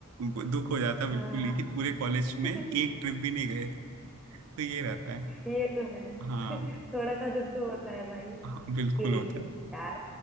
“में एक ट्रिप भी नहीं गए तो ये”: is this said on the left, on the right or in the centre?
Right